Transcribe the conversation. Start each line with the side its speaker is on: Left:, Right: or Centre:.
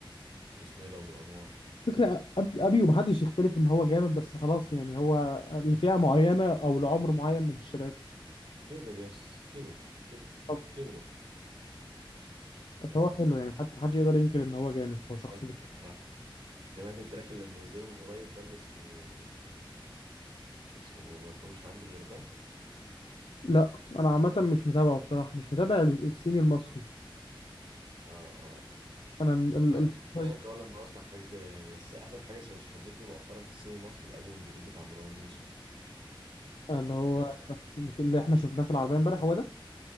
Right: واسمه ايه ده ابو الانوار
Left: فكرة أبي أبي ومحدش يختلف إن هو جامد بس خلاص يعني هو لفئة معينة أو لعمر معين من الشباب
Right: كبر يس كبر كبر
Left: طب
Right: كبر وخ-
Left: بس هو حلو يعني حتى محدش يقدر ينكر إن هو جامد هو شخص
Right: جامد
Left: جامد
Right: <laughs> بصراحة سمعت التراك اللي منزله من قريب ده اللي اسمه اسمه مالكمش عندي غير ده
Left: لا أنا عامة مش متابعه بصراحة مش متابع ال- الصيني المصري
Right: اه اه
Left: أنا ال- ال-
Right: انا
Left: ال-
Right: كلام ولا لما بسمع حاجه كده يعني بس اخر حاجه ش- شدتني مؤخرا في السين المصري الالبوم الجديد بتاع مروان موسى
Left: اللي هو
Right: ده
Left: اللي إحنا شفناه في العربية إمبارح هو ده